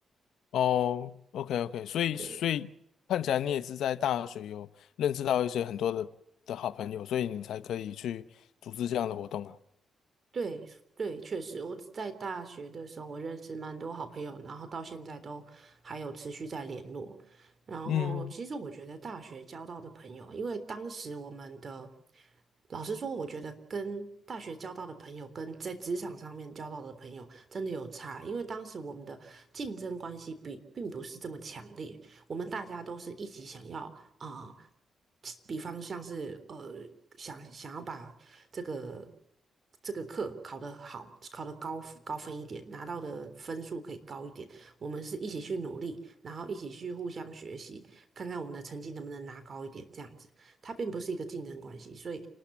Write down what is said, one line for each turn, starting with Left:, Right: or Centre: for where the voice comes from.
Left: 哦，OK OK，所以所以看起来你也是在大学有认识到一些很多的的好朋友，
Right: 对。
Left: 所以你才可以去组织这样的活动啊。
Right: 对对，确实，我在大学的时候，我认识蛮多好朋友，然后到现在都还有持续在联络。然后，
Left: 嗯。
Right: 其实我觉得大学交到的朋友，因为当时我们的，老实说，我觉得跟大学交到的朋友跟在职场上面交到的朋友真的有差，因为当时我们的竞争关系比并不是这么强烈，我们大家都是一起想要啊、呃比方像是呃，想想要把这个这个课考得好，考得高高分一点，拿到的分数可以高一点。我们是一起去努力，然后一起去互相学习，看看我们的成绩能不能拿高一点，这样子。它并不是一个竞争关系，所以，